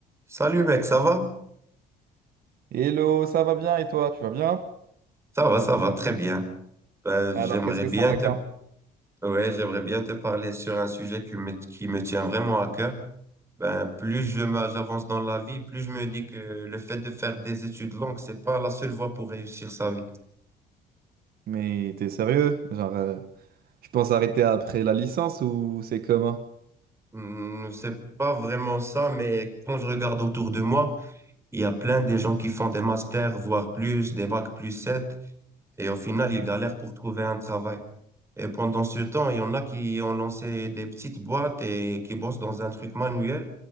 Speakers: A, on the right; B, on the right.
A: Salut mec, ça va?
B: Hello, ça va bien et toi, tu vas bien?
A: Ça va, ça va très bien. Euh,
B: Alors,
A: j'aimerais
B: qu'est-ce que
A: bien
B: ça raconte?
A: te, ouais, j'aimerais bien te parler sur un sujet qui me, qui me tient vraiment à cœur. Ben, plus je me- j'avance dans la vie, plus je me dis que le fait de faire des études longues, c'est pas la seule voie pour réussir sa vie.
B: Mais t'es sérieux? Genre, euh, tu penses arrêter après la licence ou c'est comment?
A: Hmm, C'est pas vraiment ça, mais quand je regarde autour de moi, il y a plein de gens qui font des masters, voire plus, des bacs plus 7, et au final, ils galèrent pour trouver un travail. Et pendant ce temps, il y en a qui ont lancé des petites boîtes et qui bossent dans un truc manuel